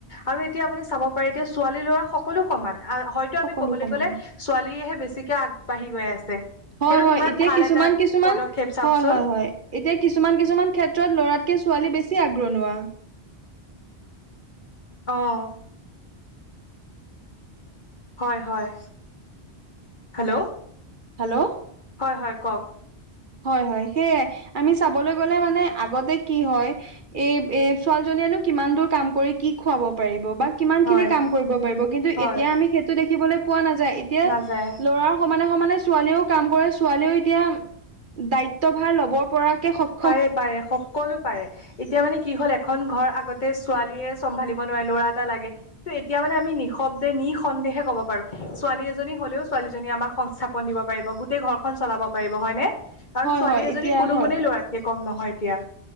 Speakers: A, on the left; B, on the right.
A: আৰু এতিয়া আপুনি চাব পাৰে এতিয়া ছোৱালী ল'ৰা সকলো সমান আ হয় তো আমি
B: সকলো
A: ক'বলৈ
B: সমান
A: গ'লে ছোৱালীয়েহে বেছিকে আগবাঢ়ি গৈ আছে। সেইটো
B: হয় হয়
A: কিমান
B: এতিয়া
A: ভাল
B: কিছুমান
A: এটা
B: কিছুমান
A: পদক্ষেপ চাওকচোন।
B: হয় হয় হয় এতিয়া কিছুমান কিছুমান ক্ষেত্ৰত ল'ৰাতকে ছোৱালী বেছি আগ্ৰনোৱা।
A: অ' হয় হয় হেল্ল
B: হেল্ল'
A: হয় হয় কওক।
B: হয় হয় সেয়াই আমি চাবলৈ গলে মানে আগতে কি হয় এ এ ছোৱালীজনীয়েনো কিমান দূৰ কাম কৰি কি খুৱাব পাৰিব বা কিমান
A: হয়
B: খিনি কাম কৰিব পাৰিব কিন্তু
A: হয়
B: এতিয়া আমি সেইটো দেখিবলৈ পোৱা নাযায় এতিয়া
A: নাযায়
B: ল'ৰা সমানে সমানে ছোৱালীও কাম কৰে ছোৱালীও এতিয়া দায়িত্বভাৰ ল'ব পৰাকে সক
A: পাৰে পাৰে শক সকলো পাৰে, এতিয়া মানে কি হ'ল এখন ঘৰ আগতে ছোৱালীয়ে চম্ভালিব নোৱাৰে ল'ৰা এটা লাগে। ত' এতিয়া মানে আমি নিশব্দে, নিসন্দেহে কব পাৰো ছোৱালী এজনী হলেও ছোৱালীজনী আমাক সংস্থাপন দিব পাৰিব গোটেই ঘৰখন চলাব পাৰিব হয়নে? কাৰণ
B: হয়
A: ছোৱালী
B: হয়
A: এজনী
B: এতিয়া
A: কোনো
B: হয়
A: গুনেেই ল'ৰাতকে কম নহয় এতিয়া।